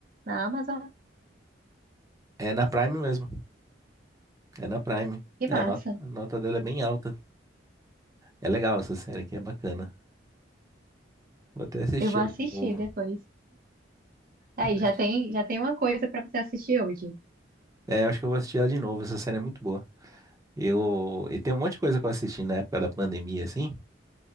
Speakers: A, on the right (about 50°); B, on the right (about 15°).
A: Na Amazon?
B: É na Prime mesmo. É na Prime.
A: Que
B: É,
A: massa.
B: a nota, a nota dela é bem alta. É legal essa série aqui, é bacana. Vou até assistir
A: Eu vou
B: ela
A: assistir
B: de novo.
A: depois. Aí,
B: Vou até
A: já
B: assi-
A: tem, já tem uma coisa pra você assistir hoje.
B: É, acho que eu vou assistir ela de novo. Essa série é muito boa. Eu, e tem um monte de coisa que eu assisti na época da pandemia, assim.